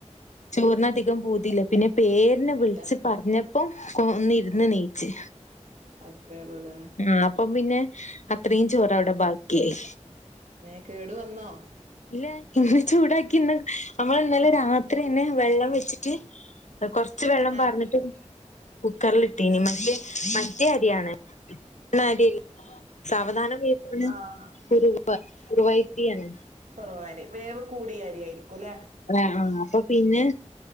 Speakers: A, on the left (about 70°); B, on the right (about 80°).
A: ചോറിനധികം പോതില്ല പിന്നെ പേരിനെ വിളിച്ച
B: ഇല്ല
A: പറഞ്ഞപ്പോ കൊ ഒന്ന ഇരുന്ന് നീ ച്ച്
B: അത്രേ ഉള്ളൂ ല്ലേ
A: ആഹ് അപ്പം പിന്നെ അത്രീം ചോറ് അവിടെ ബാക്കിയായി
B: മേ കേടു വന്നോ
A: ഇല്ല ഇന്ന് ചൂടാക്കിന്ന് നമ്മള് ഇന്നലെ രാത്രിന്നെ വെള്ളം വെച്ചിട്ട് കൊർച്ച് വെള്ളം പാർന്ന്ട്ട്
B: ആഹ്
A: കുക്കർല് ഇട്ടീനി മറ്റേ അരിയാണ് <unintelligible> സാവധാനം വേവ്ണ
B: ആഹ്
A: കുറുവ കുറുവയ്ര്യാണ്.
B: കൊറവാരി വേവ് കൂടിയാരിയായിരിക്കുംല്ലെ
A: ഏഹ് ആഹ അപ്പൊ പിന്നെ